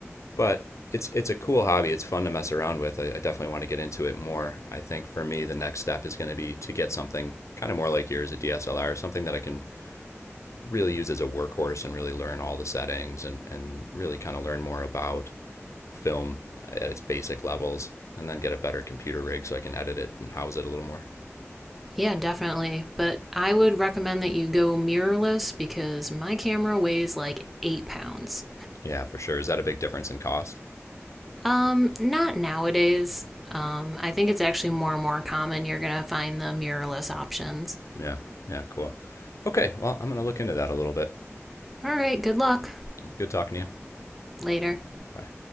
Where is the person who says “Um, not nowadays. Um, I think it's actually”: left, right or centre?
Centre